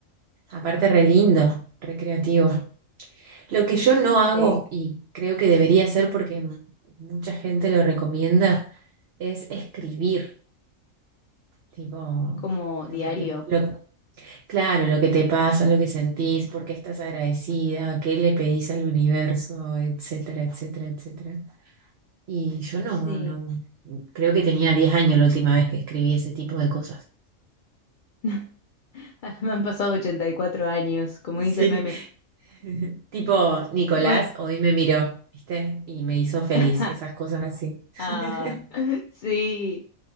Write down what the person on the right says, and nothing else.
Aparte, re lindo, re creativo Lo que yo no hago
y creo que debería hacer porque m- mucha gente lo recomienda es escribir. Tipo,
lo
que te, lo- claro, lo que te pasa, lo que sentís, por qué estás agradecida, qué le pedís al universo, etcétera, etcétera, etcétera. Y yo no,
no, creo que tenía 10 años la última vez que escribí ese tipo de cosas.
Sí.
<laughs> Tipo, Nicolás
hoy me miró, ¿viste? Y me hizo feliz,
esas cosas así. <laughs>